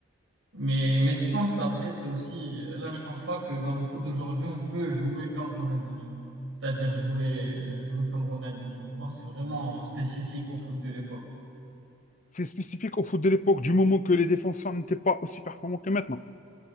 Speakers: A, on the right; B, on the left.
A: Mais mais je pense après, c'est aussi là, je pense pas que dans le foot d'aujourd'hui, on peut jouer comme Ronaldinho, c'est-à-dire jouer euh, jouer comme Ronaldinho. Je pense que c'est vraiment spécifique au foot de l'époque.
B: C'est spécifique au foot de l'époque, du moment que les défenseurs n'étaient pas aussi performants que maintenant.